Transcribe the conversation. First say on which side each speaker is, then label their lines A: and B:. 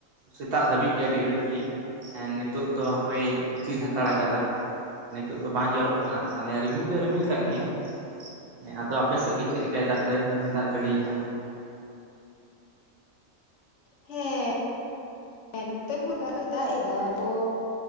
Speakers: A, on the right; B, on the left.
A: ᱥᱮᱛᱟᱜ ᱫᱷᱟᱹᱵᱤᱡ ᱜᱮ ᱟᱹᱰᱤ ᱜᱷᱟᱹᱲᱤᱡ ᱜᱮ᱾ ᱦᱮᱸ ᱱᱤᱛᱚᱜ ᱫᱚ ᱦᱟᱯᱚᱭ ᱛᱤᱨ ᱦᱟᱛᱟᱲ ᱠᱟᱫᱟ᱾ ᱱᱤᱛᱳ ᱫᱚ ᱵᱟᱝ ᱡᱚᱨᱚᱜ ᱠᱟᱱᱟ᱾ ᱛᱟᱦᱚᱞᱮ ᱨᱤᱢᱤᱞ ᱫᱚᱭ ᱨᱤᱢᱤᱞ ᱟᱠᱟᱫ ᱜᱮᱭᱟ᱾ ᱦᱮᱸ ᱟᱫᱚ ᱟᱯᱮᱥᱮᱫ ᱜᱮ ᱪᱮᱫ ᱞᱮᱠᱟᱭ ᱫᱟᱜ ᱫᱟᱜ ᱡᱟᱹᱲᱤᱭᱮᱫᱟ?
B: ᱦᱮᱸ᱾ ᱦᱮᱸ ᱱᱚᱛᱮ ᱦᱚᱸ ᱫᱟᱜ ᱫᱚᱭ ᱫᱟᱜ ᱮᱫᱟ ᱟᱵᱚ